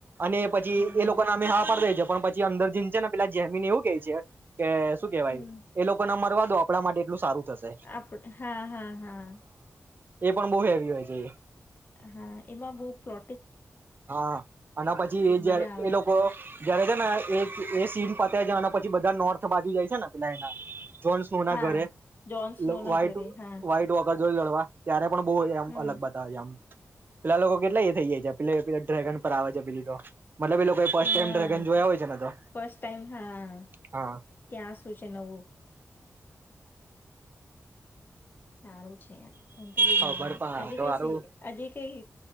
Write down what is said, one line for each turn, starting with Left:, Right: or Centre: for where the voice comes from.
Right: અને પછી
Left: હમ.
Right: એ લોકો ના અમે હા પાડી દે છે પણ પછી અંદર જીન છે ને પેલા જેમીન એવું કે છે કે શું કેવાય
Left: હમ
Right: એ લોકો ના મરવા દો આપણા માટે એટલ સારું થશે
Left: આપણે હા હા હા
Right: એ પણ બહુ હેવી હોય છે.
Left: હા એમાં બહ પ્લો
Right: હા અને પછી જ
Left: મજા આવે
Right: એ લોકો <unintelligible> છે ને સી પાત્યા જ પછી બધા નોર્થ બાજુ જાય છે <unintelligible> એના જોન્સનું ના
Left: હા
Right: ઘરે
Left: જોન્સનો ના
Right: વાઈટ
Left: ઘરે હા
Right: વાઈટ વગ જો લડવા ત્યારે પણ બહુ આમ
Left: હમ
Right: અલગ બતાવે આપડને. પેલા લોકો કેટલા એ થઈ જાય છે. પે પે ડ્રેગન પર આવે છે પેલી તો મતલબ એ લોકો ફર્સ્ટ
Left: હા
Right: ટાઈમ ડ્રેગન જોયા હોય છે ને તો
Left: ફસ્ટ ટાઈમ હા
Right: હા
Left: ત્યાં શું છે નવું? સારું છે આયા. મ તો બહુ
Right: ખબર
Left: મજા
Right: પણ
Left: આવે
Right: તો
Left: હજી
Right: હારું
Left: કઈ હજી કઈ